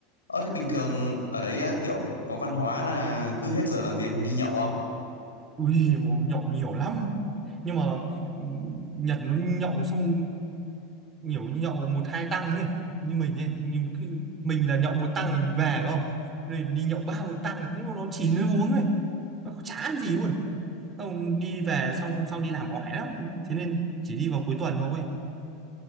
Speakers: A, on the left; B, on the right.
A: ờ thế bình thường ở đấy á, kiểu có văn hóa là cứ hết giờ làm việc không đi nhậu không
B: Ui, bố nhậu nhiều lắm. Nhưng mà ừ, Nhật nó nhậu xong nhiều nhậu một hai tăng này, như mình ấy, nhưng cứ mình là nhậu một tăng mình về phải không? Rồi đi nhậu ba bốn tăng nhưng mà nó chỉ nó uống này. Nó không chả ăn gì luôn. Xong đi về xong hôm sau đi làm oải lắm. Thế nên chỉ đi vào cuối tuần thôi.